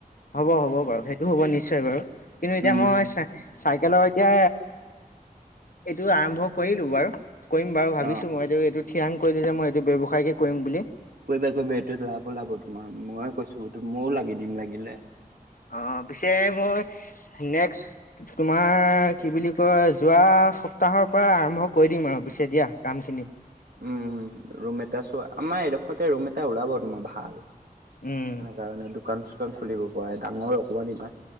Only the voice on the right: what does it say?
উম।
অ'।
কৰিবা, কৰিবা এইটো লাভোওলাব তোমাৰ ময় কৈছো ময়ো লাগি দিম লাগিলে।
উম, ৰুম এটা চোৱা আমাৰ এডোখৰতে ৰুম এটা ওলাব তোমাৰ ভাল। এনে
কাৰণে দোকান, চোকান খুলিব পৰা ডাঙৰ অকমান ইমমান